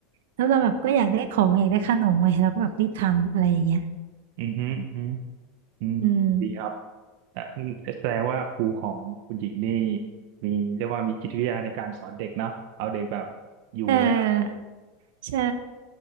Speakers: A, on the right (about 75°); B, on the right (about 50°).
A: แล้วเราแบบก็อยากได้ของอยากได้ขนมไงเราก็แบบรีบทำอะไรอย่างเงี้ย
B: อือฮึอือฮึอืมดีครับ
A: อืม
B: อ่ะแสดงว่าครูของคุณหญิงนี่มีเรียกว่ามีจิตวิทยาในการสอนเด็กเนาะเอาเด็กแบบอยู่เลยล่ะ
A: เออใช่